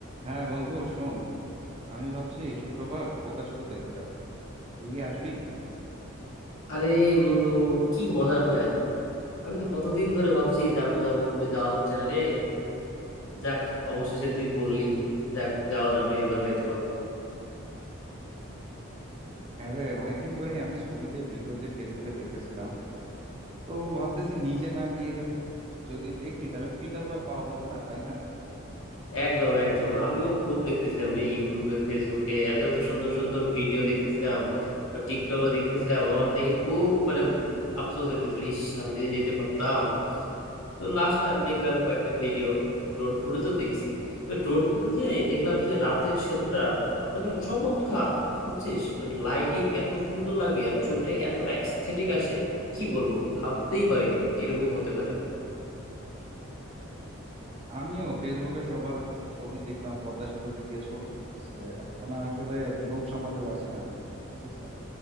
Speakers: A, on the right; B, on the left.
A: হ্যাঁ বন্ধু শোন আমি ভাবছি এই শুক্রবার পদ্মা সেতু দেখতে যাব তুই কি আসবি
B: আরে বন্ধু কি মজার প্ল্যান আমি তো কতদিন ধরে ভাবছি যাবো যাবো বলে যাওয়া হচ্ছে না রে যাক অবশেষে তুই বললি যাক যাওয়া যাবে এবার হয়তোবা
A: হ্যাঁ রে অনেকদিন ধরেই আমি ছবিতে ভিডিওতে ফেসবুকে দেখতেছিলাম তো ভাবতেছি নিজে না গিয়ে যদি দেখি তাহলে ফিলটা তো আর পাওয়া যাবে না তাই না
B: একদম একদম আমিও খুব দেখতেছিলাম রে ইউটিউবে ফেসবুকে এত এত সুন্দর সুন্দর ভিডিও দেখতেছিলাম বা টিকটকও দেখতেছিলাম আমার দেখে খুব মানে আফসোস হইতেছিল ইস আমি যদি যেতে পারতাম তো লাস্ট আমি দেখলাম কয়েকটা ভিডিও ড্রোন ফুটেজও দেখছি তো ড্রোন ফুটেজে দেখলাম যে রাতের সেতুটা মানে চমৎকার বুঝছিস মানে লাইটিং এত সুন্দর লাগে আর ছবিটা এতটা অ্যাস্থেটিক আসে কি বলবো ভাবতেই পারিনি এরকম হতে পারে
A: আমিও ফেসবুকে সবার ছবি দেখলাম পদ্মা সেতুতে গিয়ে ছবি তুলতেছে এখন আর আসলে লোভ সামলাতে পারছি না আমি। ঠিক আছে